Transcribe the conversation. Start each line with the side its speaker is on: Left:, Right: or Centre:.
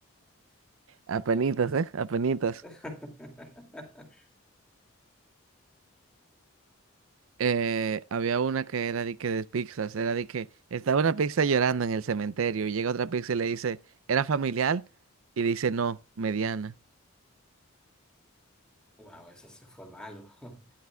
Right: Apenitas, ¿eh? Apenitas.
Centre: <laughs>
Right: Eh, había una que era de que de pizzas, era de que estaba una pizza llorando en el cementerio y llega otra pizza y le dice, ¿era familiar? Y dice, no, mediana.
Centre: Wow, eso se fue malo. <laughs>